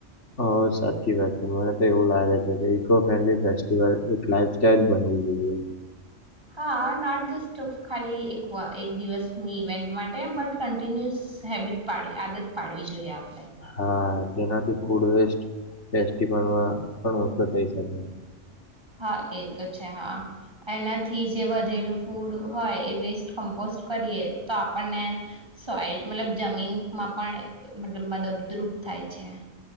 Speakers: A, on the left (about 65°); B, on the right (about 20°).
A: હ સાચી વાત છે મને તો એવું લાગે છે કે ઈકો ફ્રેન્ડલી ફેસ્ટિવલ એક લાઈફ સ્ટાઇલ બનવી જોઈએ.
B: હા નોટ જસ્ટ ઓફ ખાલી એક વા એક દિવસ ની <unintelligible> માટે બટ કન કન્ટિન્યુઅસ હેબિટ પાડી આદત પાડવી જોઈએ આપ
A: હા. જેનાથી ફૂડ વેસ્ટ ફેસ્ટિવલમાં પણ ઓછો થઈ શકે.
B: હા એ તો છે હા એનાથી જે વધેલું ફૂડ હોય એ વેસ્ટ કમ્પોસ્ટ કરીએ તો આપણને સોઈલ મતલબ જમીનમાં પણ મતલબ મદદદરૂપ થાય છે.